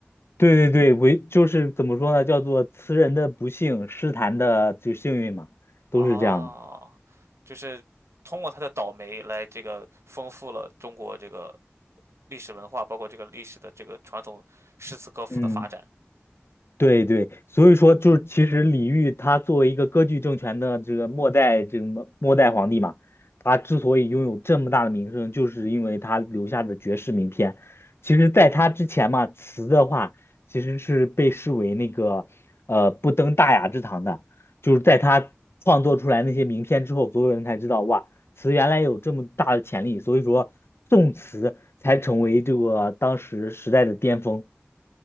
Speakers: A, on the left; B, on the right.
A: 对对对，为就是怎么说呢？叫做词人的不幸，诗坛的就幸运嘛，都是这样的。
B: 哦，就是通过他的倒霉来这个丰富了中国这个历史文化，包括这个历史的这个传统诗词歌赋的发展。
A: 嗯。对对，所以说就是其实李煜他作为一个割据政权的这个末代这个末末代皇帝嘛，他之所以拥有这么大的名声，就是因为他留下的绝世名篇。其实，在他之前嘛，词的话其实是被视为那个呃不登大雅之堂的，就是在他创作出来那些名篇之后，所有人才知道哇，词原来有这么大的潜力，所以说宋词才成为这个当时时代的巅峰。